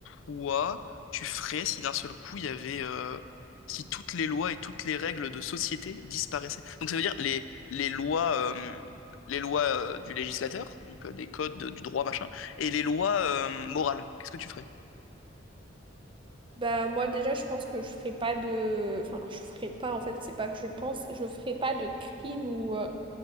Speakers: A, on the left (about 80°); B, on the right (about 25°).
A: toi tu ferais si d'un seul coup il y avait, euh, si toutes les lois et toutes les règles de société disparaissaient? Donc ça veut dire les, les lois, euh, les lois euh, du législateur, donc euh, des codes de- du droit machin, et les lois euh, morales, qu'est-ce que tu ferais?
B: Bah moi déjà, je pense que je ferai pas de... Enfin, je ferai pas, en fait, c'est pas que je pense, je ferai pas de crimes ou, euh,